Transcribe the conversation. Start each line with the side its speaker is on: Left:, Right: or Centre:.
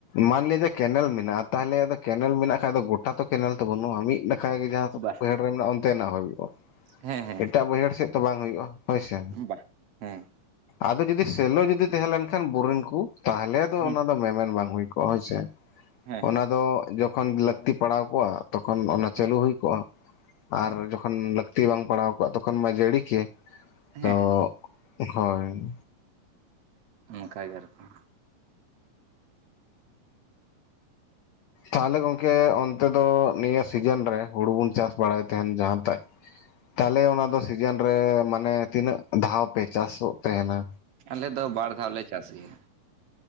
Left: ᱢᱟᱱᱞᱤ ᱡᱮ ᱠᱮᱱᱮᱞ ᱢᱮᱱᱟᱜᱼᱟ, ᱛᱟᱦᱚᱞᱮ ᱟᱫᱚ ᱠᱮᱱᱮᱞ ᱢᱮᱱᱟᱜ ᱠᱷᱟᱡ ᱫᱚ, ᱜᱚᱴᱟ ᱛᱚ ᱠᱮᱱᱮᱞ ᱛᱚ ᱵᱟᱹᱱᱩᱜᱼᱟ᱾ ᱢᱤᱫ ᱰ ᱵᱟᱚᱱᱠ ᱜᱮ ᱡᱟᱦᱟᱸ
Right: ᱵᱟ
Left: ᱵᱟᱹᱭᱦᱟᱹᱲ ᱨᱮ ᱢᱮᱱᱟᱜᱼᱟ, ᱚᱱᱛᱮᱱᱟᱜ ᱦᱩᱭᱩᱜᱼᱟ,
Right: ᱦᱮᱸ ᱦᱮᱸ
Left: ᱮᱴᱟᱜ ᱵᱟᱹᱭᱦᱟᱹᱲ ᱥᱮᱫ ᱛᱚ ᱵᱟᱝ ᱦᱳᱭᱩᱜᱼᱟ ᱦᱳᱭᱥᱮ᱾
Right: ᱵᱟᱦ ᱦᱮᱸ᱾
Left: ᱟᱫᱚ ᱡᱩᱫᱤ ᱥᱮᱞᱚ ᱡᱩᱫᱤ ᱛᱮᱦᱮᱸ ᱞᱮᱱ ᱠᱷᱟᱱ, ᱵᱩᱨᱤᱱ ᱠᱩ ᱛᱟᱦᱚᱞᱮ ᱫᱚ,
Right: ᱦᱮᱸ
Left: ᱚᱱᱟ ᱫᱚ ᱢᱮᱢᱮᱱ ᱵᱟᱝ ᱦᱩᱭ ᱠᱚᱜᱼᱟ ᱦᱳᱭᱥᱮ᱾
Right: ᱦᱮᱸ
Left: ᱚᱱᱟ
Right: ᱦᱮᱸ
Left: ᱫᱚ, ᱡᱚᱠᱷᱚᱱ ᱞᱟᱹᱠᱛᱤ ᱯᱟᱲᱟᱣ ᱠᱚᱜᱼᱟ, ᱛᱚᱠᱷᱚᱱ ᱚᱱᱟ ᱪᱟᱹᱞᱩ
Right: ᱦᱮᱸ
Left: ᱦᱩᱭ ᱠᱚᱜ-ᱟ,
Right: ᱦᱮᱸ
Left: ᱟᱨ ᱡᱚᱠᱷᱚᱱ ᱞᱟᱹᱠᱛᱤ ᱵᱟᱝ ᱯᱟᱲᱟᱣ ᱠᱚᱜᱼᱟ, ᱛᱚᱠᱷᱚᱱ ᱢᱟ ᱡᱟᱹᱲᱤ ᱠᱮᱭᱟᱭ᱾
Right: ᱦᱮᱸ
Left: ᱛᱚ
Right: ᱦᱮᱸ
Left: ᱦᱚᱭ᱾
Right: ᱚᱱᱠᱟ ᱜᱮ ᱟᱨᱠᱤ᱾
Left: ᱛᱟᱦᱚᱞᱮ ᱜᱚᱢᱠᱮ, ᱚᱱᱛᱮ ᱫᱚ ᱱᱤᱭᱟᱹ ᱥᱤᱡᱮᱱ ᱨᱮ, ᱦᱳᱲᱩ ᱵᱚᱱ ᱪᱟᱥ ᱵᱟᱲᱟᱭ ᱛᱟᱦᱮᱱ, ᱡᱟᱦᱟᱸᱴᱟᱜ ᱛᱟᱦᱚᱞᱮ ᱚᱱᱟ ᱫᱚ ᱥᱤᱡᱮᱱ ᱨᱮ, ᱢᱟᱱᱮ ᱛᱤᱱᱟᱹᱜ ᱫᱷᱟᱣ ᱯᱮ, ᱪᱟᱥᱚᱜ ᱛᱮᱦᱮᱱᱟ?
Right: ᱟᱞᱮ ᱫᱚ, ᱵᱟᱨ ᱫᱷᱟᱣ ᱞᱮ ᱪᱟᱥ ᱜᱮᱭᱟ᱾